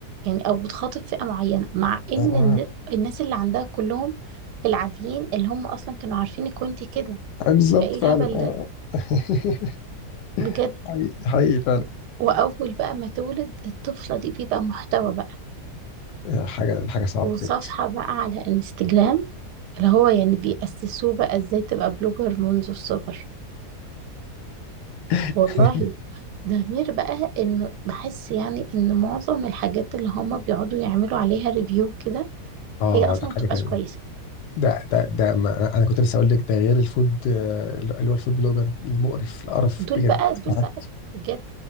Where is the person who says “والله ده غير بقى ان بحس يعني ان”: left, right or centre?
Right